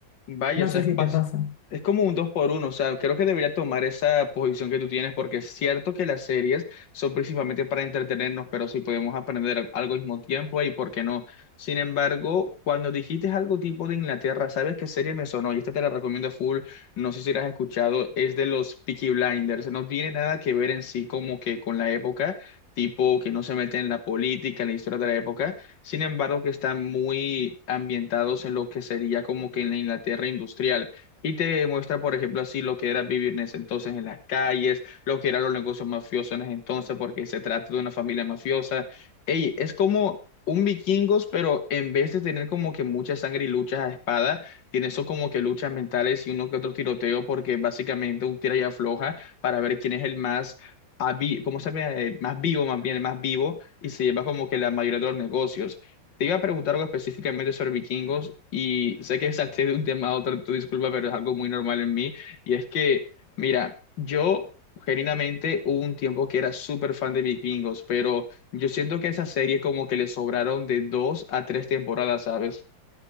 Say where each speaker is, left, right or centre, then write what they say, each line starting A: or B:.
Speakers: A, on the left; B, on the left.
A: Vaya,
B: No
A: o sea,
B: sé
A: es,
B: si
A: pas-
B: te pasa.
A: es como un dos por uno, o sea, creo que debería tomar esa posición que tú tienes porque es cierto que las series son principalmente para entretenernos, pero si podemos aprender al- algo al mismo tiempo, ¿y por qué no? Sin embargo, cuando dijiste algo tipo de Inglaterra, ¿sabes qué serie me sonó? Y esta te la recomiendo full, no sé si la has escuchado, es de los Peaky Blinders, no tiene nada que ver en sí como que con la época, tipo que no se mete en la política, en la historia de la época sin embargo, que están muy ambientados en lo que sería como que en la Inglaterra industrial. Y te muestra, por ejemplo, así lo que era vivir en ese entonces en las calles, lo que eran los negocios mafiosos en ese entonces, porque se trata de una familia mafiosa. Ey, es como un vikingos, pero en vez de tener como que mucha sangre y luchas a espada, tiene eso como que luchas mentales y uno que otro tiroteo, porque básicamente un tira y afloja para ver quién es el más, habi- ¿cómo se llama? Eh, Más vivo, más bien, el más vivo y se lleva como que la mayoría de los negocios. Te iba a preguntar algo específicamente sobre vikingos y sé que <laughs> salté de un tema a otro, tu disculpa, pero es algo muy normal en mí. Y es que, mira, yo genuinamente hubo un tiempo que era súper fan de vikingos, pero yo siento que esa serie como que le sobraron de dos a tres temporadas, ¿sabes?